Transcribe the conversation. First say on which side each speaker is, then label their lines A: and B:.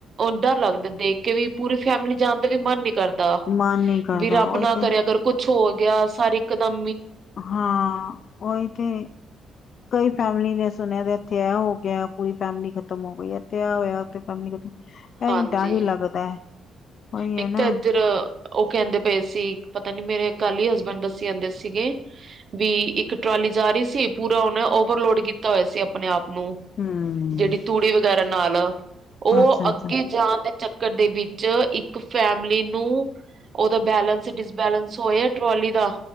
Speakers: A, on the right (about 50°); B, on the left (about 55°).
A: ਡਰ ਲੱਗਦਾ ਦੇਖ ਕੇ ਵੀ ਪੂਰੀ ਫੈਮਿਲੀ ਜਾਣ ਦਾ ਵੀ ਮਨ ਨੀ ਕਰਦਾ
B: ਮਨ ਨੀ ਕਰਦਾ
A: ਵੀ ਰੱਬ
B: ਉਹੀ
A: ਨਾ
B: ਤੇ
A: ਕਰੇ ਅਗਰ ਕੁਛ ਕੂਛ ਹੋ ਗਿਆ ਸਾਰੇ ਇੱਕਦਮ
B: ਹਾਂ ਉਹੀ ਤੇ ਕਈ ਫੈਮਲੀ ਨੇ ਸੁਣਿਆ ਦੇ ਇੱਥੇ ਇਹ ਹੋ ਗਿਆ ਪੂਰੀ ਫੈਮਲੀ ਖਤਮ ਹੋ ਗਈ ਇਥੇ ਆ ਹੋਇਆ ਫੈਮਲੀ ਖਤਮ
A: ਹਾਂਜੀ।
B: ਇਹੀ ਡਰ ਹੀ ਲੱਗਦਾ ਉਹੀ
A: ਇੱਕ
B: ਹੈ ਨਾ
A: ਤਾਂ ਇੱਧਰ ਉਹ ਕਹਿੰਦੇ ਪਏ ਸੀ ਪਤਾ ਨੀ ਮੇਰੇ ਕੱਲ ਹੀ ਹਸਬੈਂਡ ਦੱੱਸੀ ਜਾਂਦੇ ਸੀਗੇ ਵੀ ਇੱਕ ਟਰਾਲੀ ਜਾ ਰਹੀ ਸੀ ਪੂਰਾ ਉਹਨੇ ਓਵਰਲੋਡ ਕੀਤਾ ਹੋਇਆ ਸੀ ਆਪਣੇ ਆਪ ਨੂੰ
B: ਹੂੰ
A: ਜਿਹੜੀ ਤੂੜੀ ਵਗੈਰਾ ਨਾਲ ਉਹ
B: ਅੱਛਾ
A: ਅੱਗੇ
B: ਅੱਛਾ
A: ਜਾਣ ਦੇ ਚੱਕਰ ਦੇ ਵਿੱਚ ਇੱਕ ਫੈਮਲੀ ਨੂੰ ਉਹਦਾ ਬੈਲੇੈਂਸ ਡਿਸਬੈਲੈਂਸ ਹੋਇਆ ਟਰੋਲੀ ਦਾ